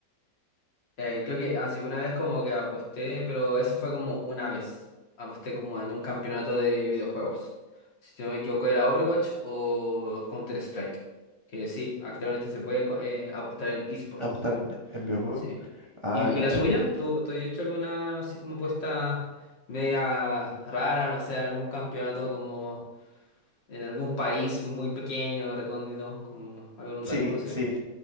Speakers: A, on the left; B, on the right.
A: Eh, creo que así una vez como que aposté, pero eso fue como una vez. Aposté como en un campeonato de videojuegos. Si no me equivoco era Overwatch o Counter-Strike. Que sí, actualmente se puede co- eh, apostar en esports.
B: Apostar
A: so,
B: en, en videojuegos.
A: sí.
B: Ah,
A: ¿Y, y
B: cacho.
A: la tuya? ¿Tú, tú has hecho alguna así como apuesta media rara, no sé, algún campeonato como en algún país muy pequeño, recóndito, como algo no
B: Sí,
A: tan conocido?
B: sí,